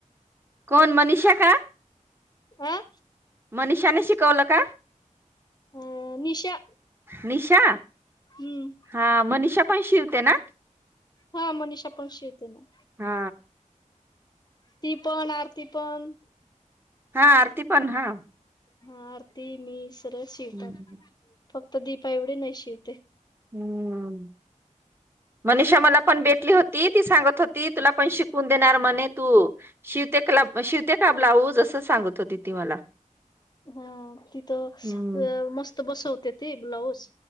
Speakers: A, on the right; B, on the left.
A: कोण मनीषक
B: आं
A: मनीषाने शिकवलं का
B: हम निशा
A: निशा
B: हम्म
A: हा मनीष पण शिवते ना
B: हा मनीषा पण शिवते ना
A: हा
B: ती पण आरती पण
A: हा आरती पण हा
B: हा आरती मीस तर शिवतात
A: हम्म
B: फक्त दीपा एवढी नाही शिवते.
A: हम्म मनीषा मला पण भेटली होती ती सांगत होती तुला पण शिकून देणार म्हणे तू शिवते का शिवते का ब्लाऊज असं. सांगत होती ती मला
B: हा तिथं
A: हम्म
B: मस्त बसव. ते ते ब्लाऊज.